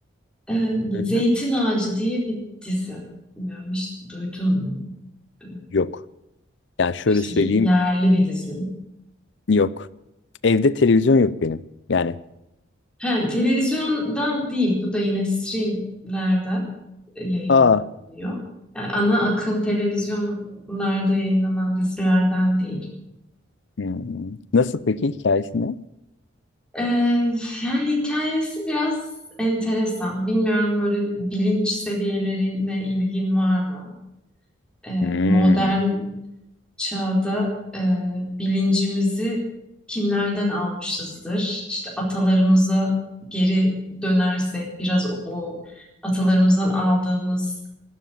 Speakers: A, in the centre; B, on the left.
A: Ee,
B: Hı hı.
A: Zeytin Ağacı diye bir dizi. Bilmiyorum hiç duydun mu? Ee,
B: Yok. Yani şöyle
A: işte
B: söyleyeyim,
A: yerli bir dizi.
B: yok. Evde televizyon yok benim. Yani
A: He, televizyondan değil. Bu da yine streamlerde e, yayınlanıyor.
B: Aa.
A: Yani ana akım televizyonlarda yayınlanan dizilerden değil.
B: Hmm. Nasıl peki hikayesi ne?
A: Ee, yani hikayesi biraz enteresan. Bilmiyorum böyle bilinç seviyelerine ilgin var mı? Ee,
B: Hmm.
A: modern çağda e, bilincimizi kimlerden almışızdır? İşte atalarımıza geri dönersek biraz o atalarımızdan aldığımız